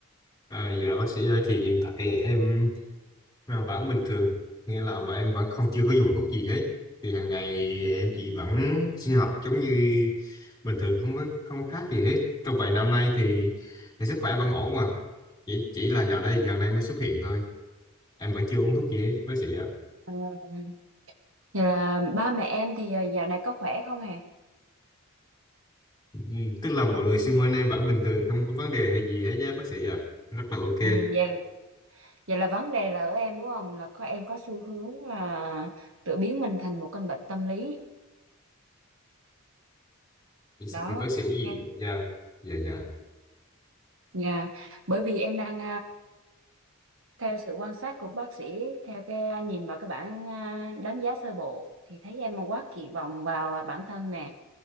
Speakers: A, on the left (about 20°); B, on the right (about 60°).
A: à, dạ bác sĩ ơi thì hiện tại em là vẫn bình thường nghĩa là bọn em vẫn không chưa có dùng thuốc gì hết thì hàng ngày em chỉ
B: Ừ.
A: vẫn sinh hoạt giống như bình thường không có không có khác gì hết trong vài năm nay thì, thì sức khỏe vẫn ổn mà chỉ chỉ là dạo đây gần đây mới xuất hiện thôi em vẫn chưa uống thuốc gì hết bác sĩ ạ
B: Ừ. Vậy là ba mẹ em thì ờ, dạo này có khỏe không hề?
A: Ừ, tức là mọi người xung quanh em vẫn bình thường không có vấn đề hay gì hết chứ bác sĩ ạ rất là ok
B: Ừ, vậy, vậy là vấn đề là ở em đúng không? Là có em có xu hướng là tự biến mình thành một căn bệnh tâm lý
A: thì
B: đó
A: bác sĩ
B: nên
A: dạ dạ dạ
B: nhà bởi vì em đang theo sự quan sát của bác sĩ theo cái à, nhìn vào cái bản à, đánh giá sơ bộ thì thấy em quá kỳ vọng vào à, bản thân nè